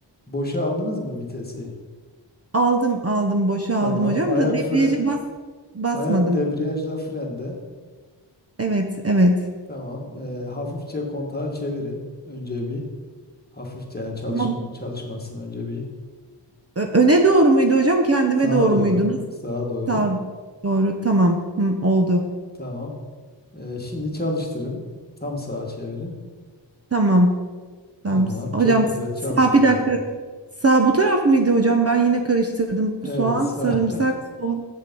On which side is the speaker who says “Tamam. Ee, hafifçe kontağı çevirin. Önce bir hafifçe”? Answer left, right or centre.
Left